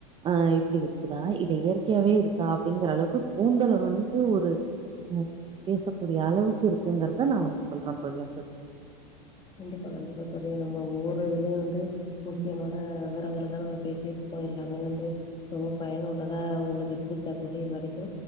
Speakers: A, on the right; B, on the left.
A: அ இப்டி இருக்குதா இது இயற்கையாவே இருக்கா அப்டிங்கிற அளவுக்கு கூந்தல வந்து ஒரு ஆ பேசக்கூடிய அளவுக்கு இருக்குங்கிறத நா வந்து சொல்றே தோழி வந்து
B: கண்டிப்பா கண்டிப்பா தோழி நம்ம ஒவ்வொரு இதுலயு வந்து முக்கியமான
A: ம்
B: விவரங்களதா நம்ம பேசிருக் கோ எல்லாமே வந்து ரொம்ப பயனுள்ளதா உங்களுக்கு இருந்துச்சா தோழி இது வரைக்கு